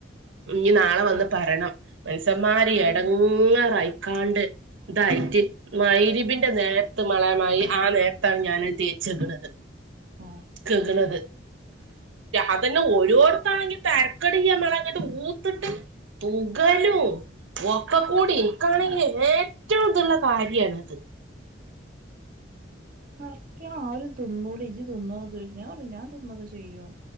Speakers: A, on the right (about 85°); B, on the right (about 45°).
A: ഇഞ് നാളെ വന്ന് പറണം മൻസമ്മാര് എടങ്ങാറായിക്കാണ്ട് ഇതായിട്ട് മൈരിവിന്റെ നേരത്ത് മളെ ആ നേരത്താണ് ഞാൻ തേച്ചേക്ണത്
B: ആഹ്
A: കക്ണത് അതന്നെ ഓരോത്താണെങ്കി തരക് ക്കട മളങ്ങിട്ട് ഊത്തിട്ട് പൂകലും ഒക്ക കൂടി ഇനിക്കാണെങ്കി ഏറ്റവും ഇതുള്ള കാര്യണ അത്
B: വര്ട്യാ ആരും തിന്നൂല, ഇജ്ജ് തിന്നോ ന്നൊക്കെ ചോയ്ച്ച്. ഞാൻ പർഞ്ഞ്. ഞാൻ തിന്നൊക്കെ ചെയ്യും